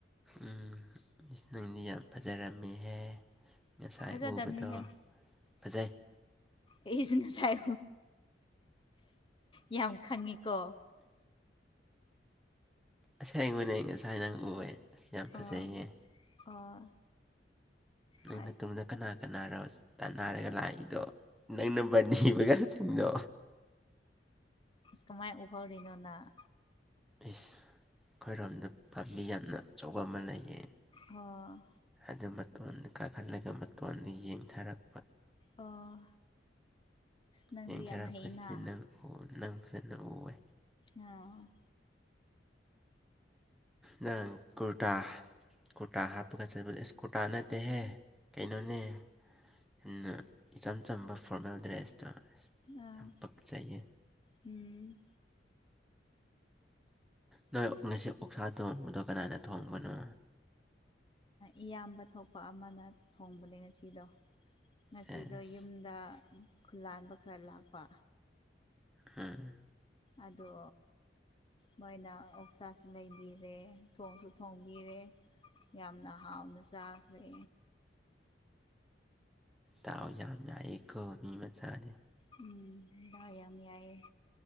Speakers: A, in the centre; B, on the left.
A: ꯎꯝ ꯏꯁ ꯅꯪꯗꯤ ꯌꯥꯝ ꯐꯖꯔꯝꯃꯤꯍꯦ ꯉꯁꯥꯏ
B: ꯐꯖꯗꯕꯅꯤꯍꯦ
A: ꯎꯕꯗꯣ ꯐꯖꯩ
B: ꯑꯩꯁꯤ ꯉꯁꯥꯏ ꯌꯥꯝ ꯈꯪꯉꯤꯀꯣ
A: ꯑꯁꯦꯡꯕꯅꯦ ꯉꯁꯥꯏ ꯅꯪ ꯎꯑꯦ ꯑꯁ ꯌꯥꯝ
B: ꯑꯣ
A: ꯐꯖꯩꯌꯦ
B: ꯑꯣ
A: ꯅꯪꯅ
B: ꯍꯣꯏ
A: ꯇꯨꯡꯗ ꯀꯅꯥ ꯀꯅꯥꯔꯣ ꯇꯥꯟꯅꯔꯒ ꯂꯥꯛꯏꯗꯣ ꯅꯪ ꯅꯝꯕꯔ ꯅꯤꯕꯒ ꯄꯆꯅ
B: ꯀꯃꯥꯏ ꯎꯍꯧꯔꯤꯅꯣ ꯅꯥꯪ
A: ꯏꯁ ꯑꯩꯈꯣꯏꯔꯣꯝꯗ ꯄꯥꯝꯕꯤ ꯌꯥꯝꯅ ꯑꯆꯧꯕ ꯑꯃ ꯂꯩꯌꯦ
B: ꯑꯣ
A: ꯑꯗꯨ ꯃꯇꯣꯟꯗ ꯀꯥꯈꯠꯂꯒ ꯃꯇꯣꯟꯗ ꯌꯦꯡꯊꯔꯛ
B: ꯑꯣ ꯅꯪꯗꯤ
A: ꯌꯦꯡꯊꯔꯛꯄꯁꯤꯗꯤ
B: ꯌꯥꯝ ꯍꯩꯅ
A: ꯅꯪ ꯅꯪ ꯐꯖꯅ ꯎꯑ
B: ꯑꯣ
A: ꯅꯪ ꯀꯨꯔꯇꯥ ꯀꯨꯔꯇꯥ ꯍꯥꯞꯄꯒ ꯆꯠꯄꯗ ꯑꯦꯁ ꯀꯨꯔꯇꯥ ꯅꯠꯇꯦꯍꯦ ꯀꯩꯅꯣꯅꯦ ꯌꯥꯝꯅ ꯏꯆꯝ ꯆꯝꯕ ꯐꯣꯔꯃꯦꯜ ꯗ꯭ꯔꯦꯁꯇꯣ ꯑꯁ
B: ꯑꯥ
A: ꯌꯥꯝ ꯄꯛꯆꯩꯌꯦ
B: ꯎꯝ
A: ꯅꯣꯏ ꯉꯁꯤ ꯑꯣꯛꯁꯥ ꯊꯣꯡꯕꯗꯣ ꯀꯅꯥꯅ ꯊꯣꯡꯕꯅꯣ
B: ꯏꯌꯥꯝꯕ ꯊꯣꯛꯄ ꯑꯃꯅ ꯊꯣꯡꯕꯅꯦ ꯉꯁꯤꯗꯣ ꯉꯁꯤꯗꯣ
A: ꯁꯦꯁ
B: ꯌꯨꯝꯗ ꯈꯨꯂꯥꯟꯕ ꯈꯔ ꯂꯥꯛꯄ
A: ꯎꯝ
B: ꯑꯗꯣ ꯃꯣꯏꯅ ꯑꯣꯛꯁꯥꯁꯨ ꯂꯩꯕꯤꯔꯦ ꯊꯣꯡꯁꯨ ꯊꯣꯡꯕꯤꯔꯦ ꯌꯥꯝꯅ ꯍꯥꯎꯅ ꯆꯥꯈ꯭ꯔꯦ
A: ꯇꯥꯎ ꯌꯥꯝꯅꯏ ꯀ ꯃꯤ ꯃꯆꯥꯅꯤ
B: ꯎꯝ ꯑ ꯑꯌꯥꯝ ꯃ ꯌꯥꯏ